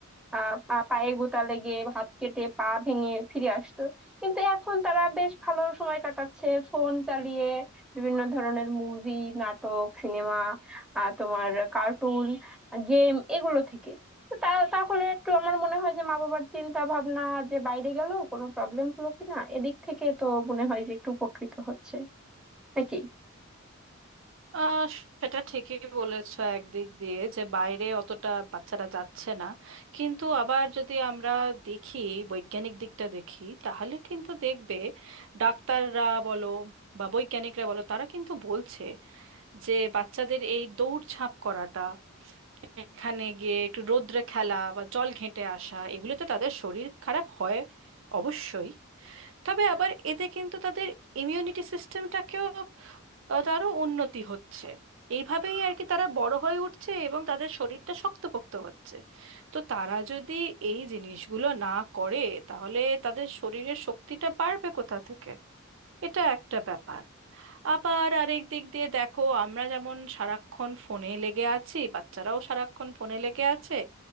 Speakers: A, in the centre; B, on the right (about 65°).
A: আহ পা- পায়ে গোতা লেগে হাত কেটে পা ভেঙে ফিরে আসতো কিন্তু এখন তারা বেশ ভালো সময় কাটাচ্ছে ফোন চালিয়ে বিভিন্ন ধরনের মুভি নাটক সিনেমা তোমার কার্টুন গেম এগুলো থেকে তো তা তাহলে একটু আমার মনে হয় যে মা বাবার চিন্তা ভাবনা যে বাইরে গেল কোনো প্রবলেম হলো কিনা এদিক থেকে তো মনে হয় যে একটু উপকৃত হচ্ছে নাকি
B: আহ সেটা ঠিকই বলেছো একদিক দিয়ে যে বাইরে অতটা বাচ্চারা যাচ্ছে না কিন্তু আবার যদি আমরা দেখি বৈজ্ঞানিক দিকটা দেখি তাহলে কিন্তু দেখবে ডাক্তাররা বলো বা বৈজ্ঞানিকরা বলো তারা কিন্তু বলছে যে বাচ্চাদের এই দৌড়ঝাঁপ করাটা এখানে গিয়ে একটু রোদ্রে খেলা বা জল ঘেঁটে আসা এগুলোতে তাদের শরীর খারাপ হয় অবশ্যই তবে আবার এতে কিন্তু তাদের ইমিউনিটি সিস্টেমটাকেও তারও উন্নতি হচ্ছে এইভাবেই আর কি তারা বড় হয়ে উঠছে এবং তাদের শরীরটা শক্তপোক্ত হচ্ছে তো তারা যদি এই জিনিসগুলো না করে তাহলে তাদের শরীরের শক্তিটা বাড়বে কোথা থেকে এটা একটা ব্যাপার আবার আরেক দিক দিয়ে দেখো আমরা যেমন সারাক্ষণ ফোনে লেগে আছি বাচ্চারাও সারাক্ষণ ফোনে লেগে আছে